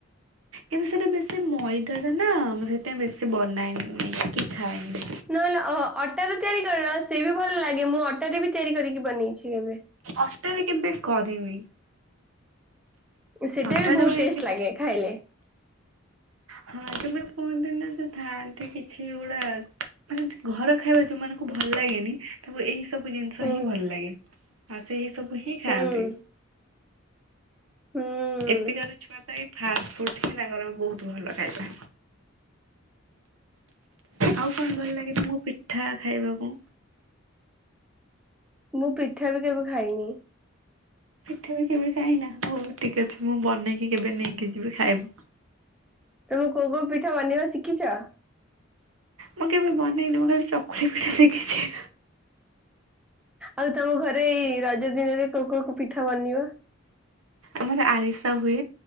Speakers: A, on the right; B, in the centre.
A: କିନ୍ତୁ ସେଇଟା ବେଶୀ ମଇଦା ଟା ନା ମୁଁ ସେଇଥିପାଇଁ ବେଶୀ ବନାଏନି କି ଖାଏନି।
B: ନହେଲେ ଅ ଅଟାରେ ତିଆରି କର ସେ ବି ଭଲ ଲାଗେ ମୁଁ ଅଟାରେ ବି ତିଆରି କରିକି ବନେଇଛି। କେବେ।
A: ଅଟାରେ କେବେ କରିନି।
B: ସେଟା
A: ଅଟାଟାକୁ
B: ବି ବହୁତ
A: ଯଦି
B: ଟେଷ୍ଟ ଲାଗେ ଖାଇଲେ।
A: ହଁ ଯୋଉମାନେ କୁହନ୍ତିନି ନା ଯୋଉ ଥାଆନ୍ତି କିଛି ଗୁଡା ମାନେ ଘର ଖାଇବା ଯୋଉମାନଙ୍କୁ ଭଲ ଲାଗେନି ତାକୁ ଏଇ ଏ ସବୁ ଜିନିଷ
B: ହୁଁ
A: ହିଁ ଭଲ ଲାଗେ। ହଁ ସେଇ ସବୁ ହିଁ ଖାଆନ୍ତି
B: ହୁଁ। ହୁଁ
A: ଏବେକାର ଛୁଆ ପାଇଁ ଫାଷ୍ଟ ଫୁଡ ହିଁ ତାଙ୍କର ବହୁତ ଖାଇବା ଆଉ କଣ ଭଲ ଲାଗେ ତମକୁ ପିଠା ଖାଇବାକୁ?
B: ମୁଁ ପିଠା ବି କେବେ ଖାଇନି
A: ପିଠା ବି କେବେ ଖାଇନା ହଉ ଠିକ ଅଛି ମୁଁ ବନେଇକି କେବେ ନେଇକି ଯିବି ଖାଇବ
B: ତମେ କଉ କଉ ପିଠା ବନେଇିବା ଶିଖିଛ
A: ମୁଁ କେବେ ବନେଇନି ମୁଁ ଖାଲି ଚକୁଳି ପିଠା ଶିଖିଛି
B: ଆଉ ତମ ଘରେ ଏଇ ରଜ ଦିନରେ କୋଉ କୋଉ ପିଠା ବନିବ
A: ଆମର ଆରିସା ହୁଏ